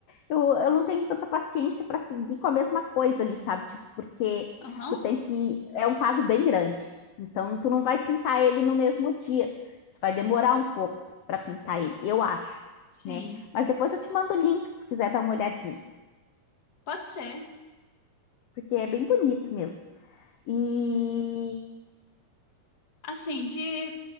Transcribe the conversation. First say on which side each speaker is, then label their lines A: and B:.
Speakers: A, on the left; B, on the left.
A: eu, eu não tenho tanta paciência para seguir com a mesma coisa ali, sabe? Tipo, porque
B: Aham,
A: tu tem que. É um quadro bem grande. Então, tu não vai pintar ele no mesmo dia. Tu vai demorar um pouco para pintar ele, eu acho,
B: sim.
A: né? Mas depois eu te mando o link se tu quiser dar uma olhadinha,
B: Pode ser.
A: porque é bem bonito mesmo. E.
B: Assim, de